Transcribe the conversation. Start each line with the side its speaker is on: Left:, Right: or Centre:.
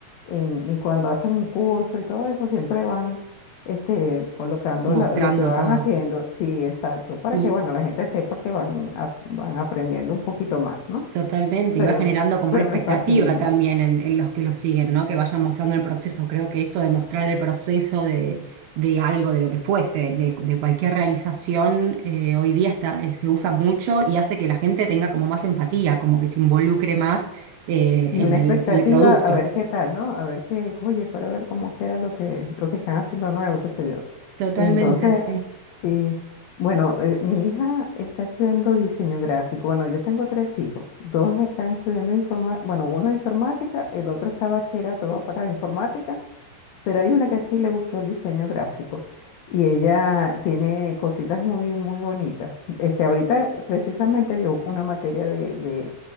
Left: en, en- en cuando hacen un curso y todo eso, siempre van este, colocando
Right: mostrando
Left: la- lo que van
Right: todo.
Left: haciendo. Sí, exacto, para
Right: y
Left: que, bueno, la gente sepa que van, a- van aprendiendo un poquito más, ¿no?
Right: Totalmente,
Left: Y Pero,
Right: y va generando como
Left: pero
Right: una expectativa
Left: me fascina.
Right: también en, en los que lo siguen, ¿no? Que vayan mostrando el proceso. Creo que esto de mostrar el proceso de, de algo, de lo que fuese, de, de cualquier realización, eh, hoy día está, eh, se usa mucho y hace que la gente tenga como más empatía, como que se involucre más eh,
Left: Y
Right: en
Left: una
Right: el,
Left: expectativa
Right: en el producto.
Left: a ver qué tal, ¿no? A ver qué, oye, para ver cómo queda lo que, lo que están haciendo nuevo, qué sé yo.
Right: Totalmente,
Left: Entonces,
Right: sí.
Left: sí, bueno, eh, mi hija está estudiando diseño gráfico. Bueno, yo tengo tres hijos. Dos están estudiando informática, bueno, uno informática, el otro está bachillerato, va para informática, pero hay una que sí le gustó el diseño gráfico. Y ella tiene cositas muy, muy bonitas. Este, ahorita precisamente vio una materia de de-